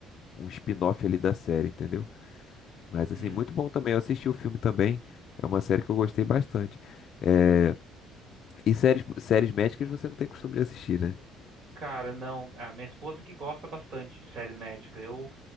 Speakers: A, on the left; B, on the right.
A: um spin-off ali da série, entendeu? Mas
B: Hum,
A: assim, muito bom também. Eu assisti o filme também. É uma série que eu gostei bastante. É, E séries, séries médicas você não tem costume de assistir, né?
B: cara, não. A minha esposa que gosta bastante de série médica. Eu,